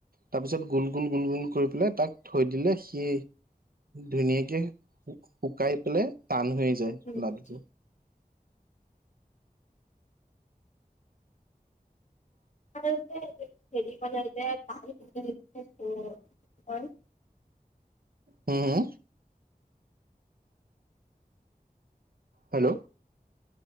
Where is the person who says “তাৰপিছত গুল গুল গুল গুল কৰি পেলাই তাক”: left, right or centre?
Right